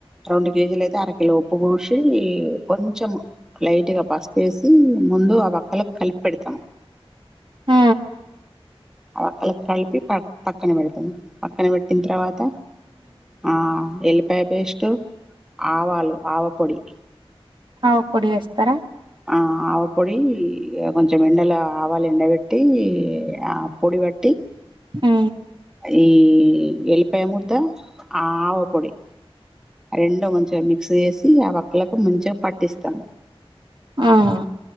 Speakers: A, in the centre; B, on the right (about 50°).
A: రెండు కేజీలు అయితే అరకిలో ఉప్పు బోషి ఇ కొంచెం లైట్గా పసుపేసి మ్మ్ ముందు ఆ వక్కలకు కలిపి పెడత
B: ఉ
A: వక్కలకి కలిపి ప పక్కన పెడుతం పక్కన పెట్టిన తర్వాత ఆ ఎల్లిపాయ పేస్టు, ఆవాలు, ఆవపొడి
B: ఆవపొడి వేస్తారా
A: ఆ ఆవపొడి ఇగ కొంచెం ఎండలా ఆవాలు ఎండబెట్టి ఆ పొడి వట్టీ
B: ఉ
A: ఈ వెల్లిపాయ ముద్ద ఆ ఆవపొడి రెండు మంచిగ మిక్ వేసి ఆ వక్కలకు మంచిగ పట్టిస్తాం
B: ఆహా